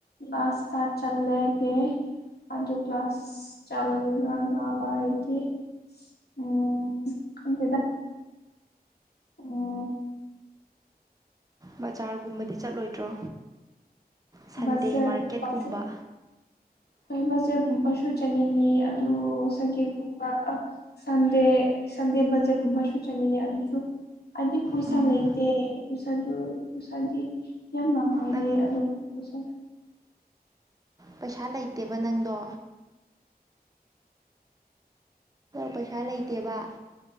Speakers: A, on the left; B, on the right.
A: ꯆꯔꯁ ꯆꯜꯂꯦꯒꯦ ꯑꯗꯨ ꯀ꯭ꯂꯥꯁ ꯆꯂꯒ ꯑꯂ <unintelligible> ꯑꯗꯤ ꯎꯝ ꯈꯪꯗꯦꯗꯥ ꯎ <unintelligible>
B: ꯕꯖꯥꯔꯒꯨꯝꯕꯗꯤ ꯆꯠꯂꯣꯏꯗ꯭ꯔꯣ ꯁꯟꯗꯦ
A: ꯕꯖꯔꯒꯨꯝꯕꯁꯨ
B: ꯃꯥꯔꯀꯦꯠꯀꯨꯝꯕ
A: ꯍꯣꯏ ꯕꯖꯔꯒꯨꯝꯕꯁꯨ ꯆꯠꯅꯤꯡꯉ ꯑꯗꯨ ꯁꯪꯒꯦꯠ <unintelligible> ꯑ ꯁꯟꯗꯦ ꯁꯟꯗꯦ ꯕꯖꯠꯀꯨꯝꯕꯁꯨ ꯆꯪꯅꯤꯡꯉꯦ ꯑꯗꯨꯁꯨ ꯍꯥꯏꯗꯤ ꯄꯩꯁꯥ
B: ꯎꯝ
A: ꯂꯩꯇꯦ ꯄꯩꯁꯥꯗꯨ ꯄꯩꯁꯥꯗꯤ ꯌꯥꯝꯅ ꯄꯥꯏꯗꯦ
B: ꯅꯪ
A: ꯑꯗꯨ ꯎ <unintelligible>
B: ꯄꯩꯁꯥ ꯂꯩꯇꯦꯕ ꯅꯪꯗꯣ ꯄꯩꯁꯥ ꯂꯩꯇꯦꯕ